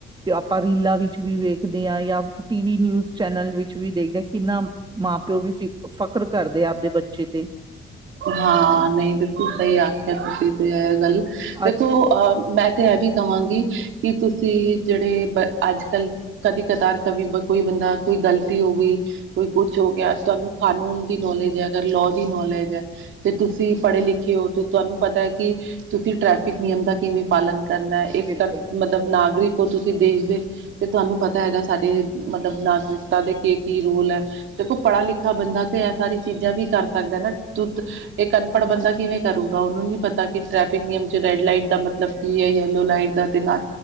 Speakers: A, on the right; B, on the right.
A: ਆਪਾਂ ਰੀਲਾਂ ਵਿੱਚ ਵੀ ਵੇਖਦੇ ਆਂ ਜਾਂ ਟੀਵੀ, ਨਿਊਜ਼ ਚੈਨਲ ਵਿਚ ਵੀ ਦੇਖਦੇ ਆ। ਕਿੰਨਾ ਮਾਂ-ਪਿਓ ਵੀ ਫਿਕ-ਫਕਰ ਕਰਦੇ ਆ ਆਪਦੇ ਬੱਚੇ ਤੇ।
B: ਹਾਂ। ਨਈਂ, ਬਿਲਕੁਲ ਸਹੀ ਆਖਿਆ ਤੁਸੀਂ ਤੇ ਇਹ ਗੱਲ, ਦੇਖੋ
A: ਅੱਜ
B: ਅਹ ਮੈਂ ਤੇ ਇਹ ਵੀ ਕਹਾਂਗੀ, ਕਿ ਤੁਸੀਂ ਜਿਹੜੇ ਬ ਅੱਜ-ਕੱਲ੍ਹ। ਕਦੀ-ਕਦਾਰ ਕਵੀ ਕੋਈ ਬੰਦਾ ਕੋਈ ਗ਼ਲਤੀ ਹੋ ਗਈ। ਕੋਈ ਕੁਛ ਹੋ ਗਿਆ, ਤੁਹਾਨੂੰ ਕਾਨੂੰਨ ਦੀ ਨੌਲੇਜ ਐ ਅਗਰ ਲੋ ਦੀ ਨੌਲੇਜ ਐ। ਅਤੇ ਤੁਸੀਂ ਪੜ੍ਹੇ-ਲਿਖੇ ਓ, ਤੁਹਾਨੂੰ ਪਤਾ ਐ ਕਿ ਤੁਸੀਂ ਟਰੈਫਿਕ ਨਿਯਮ ਦਾ ਕਿਵੇਂ। ਪਾਲਣ ਕਰਨਾ, ਇੱਕ
A: ਬਿਲਕੁਲ
B: ਕਰ ਮਤਲਬ ਨਾਗਰਿਕ ਓ ਤੁਸੀਂ ਦੇਸ਼ ਦੇ। ਤੇ ਤੁਹਾਨੂੰ ਪਤਾ ਹੈਗਾ ਸਾਡੇ, ਮਤਲਬ ਨਾਗਰਿਕਤਾ ਦੇ ਕੀ-ਕੀ ਰੂਲ ਐ। ਦੇਖੋ ਪੜ੍ਹਾ-ਲਿਖਾ ਬੰਦਾ ਤੇ ਇਹ ਸਾਰੀ ਚੀਜ਼ਾਂ ਵੀ ਕਰ ਸਕਦਾ ਨਾ। ਦੁੱਧ ਇੱਕ ਅਨਪੜ੍ਹ ਬੰਦਾ ਕਿਵੇਂ ਕਰੂਗਾ ਉਹਨੂੰ ਨੀ ਪਤਾ ਕਿ ਟ੍ਰੈਫਿਕ ਨਿਯਮ ਚ' ਰੈੱਡ ਲਾਈਟ ਦਾ ਮਤਲਬ। ਕੀ ਐ ਯੈੱਲੋ ਲਾਈਟ ਦਾ ਤੇ ਨਾਲ,